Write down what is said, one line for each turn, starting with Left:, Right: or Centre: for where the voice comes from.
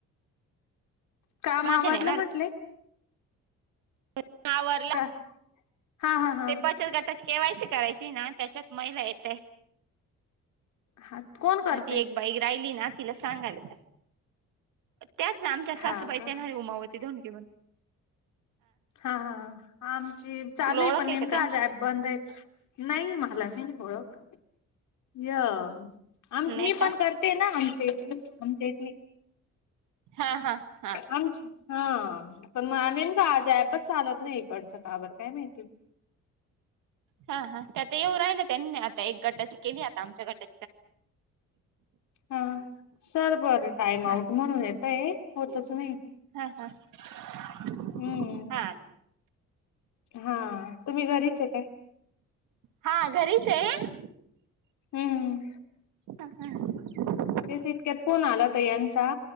Left: काम
Right: माझ्या
Left: आवारल
Right: नाही ना
Left: म्हटले.
Right: <unintelligible>
Left: का हा हा हा.
Right: ते गटाची केवायसी करायची ना त्याच्याच महिला येताय.
Left: हा कोण करते
Right: म ती एक बाई राहिली ना तिला सांगायलाच त्याच आमच्या
Left: हा
Right: सासूबाईचा
Left: का
Right: ना उमाव <unintelligible>
Left: हा हा हा आमची चालू
Right: तुला
Left: आहे
Right: ओळख
Left: पण नेमका
Right: का त्यांची
Left: आज ऍप बंद आहे. नाही मला नाही ओळख य आम
Right: नाही
Left: मी
Right: का
Left: पण करते ना आमच्या इथ आमच्या इथली
Right: हा हा हा.
Left: आमची हा पण मानेन का आज ऍपच चालत नाही इकडचं काबर काय माहिती.
Right: हा हा त्याता येऊ राहिलं त्यांनी आता एक गटाची केली आता आमच्या गटा
Left: हा सर बरं टाइम आउट
Right: हा
Left: म्हणून येतय होतच नाही.
Right: हा हा हा
Left: हम्म
Right: का.
Left: हा तुम्ही घरीच आहे काय.
Right: हा घरीच आहे,
Left: हम्म,
Right: अ हा <unintelligible>
Left: तेच इतक्यात फोन, आला होता यांचा,